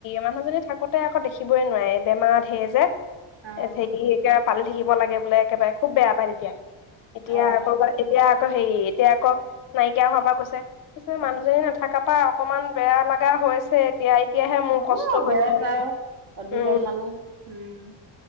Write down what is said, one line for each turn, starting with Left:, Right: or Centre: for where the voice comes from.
Left: মানুহজী থাকো ততে আকৌ দেখিবই নোৱাৰে বেমাৰত সে যে
Right: অ
Left: সে এতিয়া পালে থাক লাগে বোলে একেবাৰে খুব বেয়া পায় তেতিয়া এতিয়া
Right: অ
Left: আকৌ এতিয়া আক হেৰি এতিয়া আকৌ নাইকিয়া হোৱাৰ পৰা কৈছে সেইটোৱে মানুহজনী নাথাকে তাপা অকমান বেয়া লগা হৈছে এতিয়া এতিয়াহে মোৰ
Right: হ'ব
Left: কষ্ট
Right: ঘৰত
Left: হৈছে এনেকে
Right: আৰু
Left: উম
Right: দুজন মানুহ উম